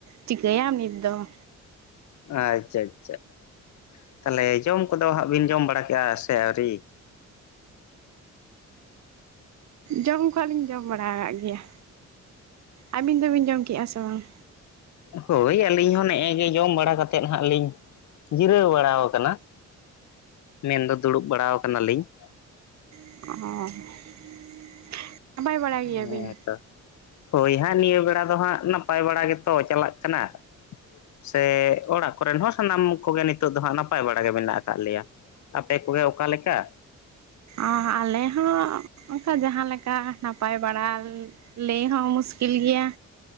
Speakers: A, on the right; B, on the left.
A: ᱪᱤᱠᱟᱹᱭᱟᱢ ᱱᱤᱛ ᱫᱚ ᱾
B: ᱟᱪᱪᱷᱟ ᱟᱪᱪᱷᱟ ᱛᱟᱞᱦᱮ ᱡᱚᱢ ᱠᱚᱫᱚ ᱦᱟᱸᱜ ᱵᱤᱱ ᱡᱚᱢ ᱵᱟᱲᱟ ᱠᱮᱜᱼᱟ ᱥᱮ ᱟᱹᱣᱨᱤ?
A: ᱡᱚᱢ ᱠᱷᱚ ᱞᱤᱧ ᱡᱚᱢ ᱵᱟᱲᱟ ᱠᱟᱜ ᱜᱮᱭᱟ ᱟᱹᱵᱤᱱ ᱫᱚᱵᱤᱱ ᱡᱚᱢ ᱠᱮᱫᱼᱟ ᱥᱮ ᱵᱟᱝ?
B: ᱦᱳᱭ ᱟᱹᱞᱤᱧ ᱦᱚᱸ ᱱᱮᱜᱼᱮ ᱜᱮ ᱡᱚᱢ ᱵᱟᱲᱟ ᱠᱟᱛᱮᱫ ᱦᱟᱸᱜ ᱞᱤᱧ ᱡᱤᱨᱟᱹᱣ ᱵᱟᱲᱟᱣ ᱠᱟᱱᱟ ᱾ ᱢᱮᱱᱫᱚ ᱫᱩᱲᱩᱵ ᱵᱟᱲᱟᱣ ᱠᱟᱱᱟᱞᱤᱧ ᱾
A: <unintelligible> ᱵᱟᱲᱟ ᱜᱮᱭᱟᱵᱤᱱ
B: ᱦᱮᱸ ᱛᱚ ᱾ ᱦᱳᱭ ᱦᱟᱸᱜ ᱱᱤᱭᱟᱹ ᱵᱮᱲᱟ ᱫᱚ ᱦᱟᱸᱜ ᱱᱟᱯᱟᱭ ᱵᱟᱲᱟ ᱜᱮᱛᱚ ᱪᱟᱞᱟᱜ ᱠᱟᱱᱟ ᱾ ᱥᱮ ᱚᱲᱟᱜ ᱠᱚᱨᱮᱱ ᱦᱚᱸ ᱥᱟᱱᱟᱢ ᱠᱚᱜᱮ ᱱᱤᱛᱚᱜ ᱫᱚ ᱦᱟᱸᱜ ᱱᱟᱯᱟᱭ ᱵᱟᱲᱟ ᱜᱮ ᱢᱮᱱᱟᱜ ᱟᱠᱟᱜ ᱞᱮᱭᱟ ᱾ ᱟᱯᱮ ᱠᱚᱜᱮ ᱚᱠᱟ ᱞᱮᱠᱟ?
A: ᱚ ᱟᱞᱮ ᱦᱚᱸ ᱚᱱᱠᱟ ᱡᱟᱦᱟᱸ ᱞᱮᱠᱟ ᱱᱟᱯᱟᱭ ᱵᱟᱲᱟᱞ ᱞᱟᱹᱭ ᱦᱚᱸ ᱢᱩᱥᱠᱤᱞ ᱜᱮᱭᱟ᱾